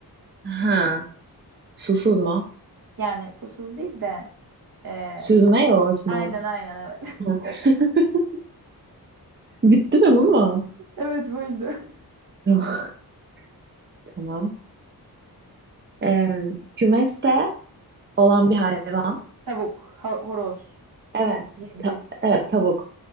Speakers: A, on the right (about 30°); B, on the right (about 60°).
A: Ha. Susuz mu?
B: Yani susuz değil de. e,
A: Süzme yoğurt
B: aynen
A: mu?
B: Hmm. aynen evet.
A: Hı. <laughs> Bitti mi bu mu?
B: <laughs> Evet buydu.
A: <laughs> Tamam. Ee, kümeste olan bir hayvan.
B: <laughs> Tavuk, ha- horoz,
A: Evet.
B: çiv- civciv,
A: Ta- evet tavuk.